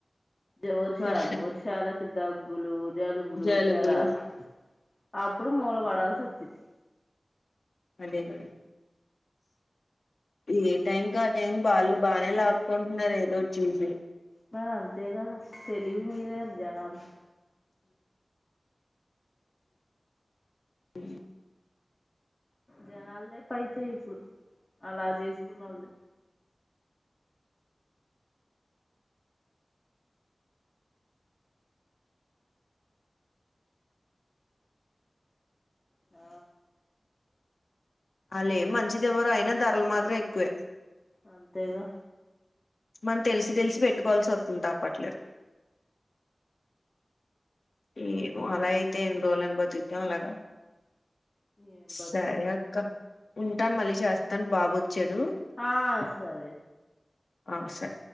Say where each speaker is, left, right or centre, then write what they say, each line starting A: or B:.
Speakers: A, on the left; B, on the left.
A: జ్ వర్షాలు
B: వర్ష
A: వర్షాలకి దగ్గులు జలుబులు
B: జలుబులు
A: జ్వరాలు అప్పుడు మూల పడాల్సి వచ్చింది
B: అదే గదా ఏ టైంకి ఆ టైం వాళ్ళు బానే లాక్కుంటున్నారు ఏదోటి చేసి
A: మరంతే కదా తెలివి మీరారు జనాలు
B: మ్మ్
A: జనాలదే పైచయి ఇప్పుడు అలా చేసుకున్నోళ్ళది ఆ
B: ఆల్లెమ్ మంచిది ఇవ్వరు అయినా ధరలు మాత్రం ఎక్కువే
A: అంతేగా
B: మనం తెలిసి తెలిసి పెట్టుకోవాల్సివత్తుంది తప్పట్లేదు ఈ అలా అయితే ఎన్ రోజులు అని బతుకుతం అలాగా
A: ఏం బతుకుతాం
B: సరే అక్క ఉంటాను మళ్ళీ చేస్తాను బాబు వచ్చాడు
A: ఆ సరే
B: ఆ సరే